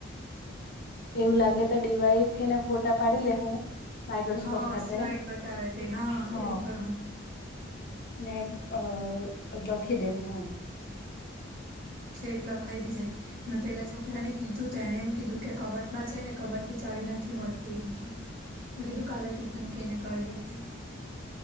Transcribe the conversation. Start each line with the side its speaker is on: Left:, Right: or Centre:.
Left: એવું લાગે તો ડીવાઈ થઈને ફોટા પાડી લે હું. માઇક્રોસ્કોપ
Right: હા
Left: હાથે
Right: સ્લાઈડ બતાવે તે
Left: હા.
Right: એવું કર હું
Left: ને અ લખી દે હું એમ.
Right: એક્લે એક લખાઈ બી જાય. મેં પેલા છોકરાને કીધું તો એણે એમ કીધું કે કબટમાં છે ને કબટ ની ચાવી નથી મળતી એમ કે. મેં કીધું તું કાલે ટીચર ને કેને કરી લાકજો.